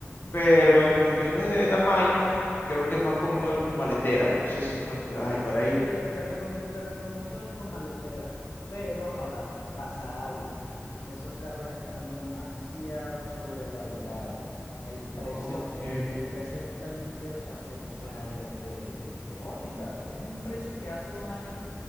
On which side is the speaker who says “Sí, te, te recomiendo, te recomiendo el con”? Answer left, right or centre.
Left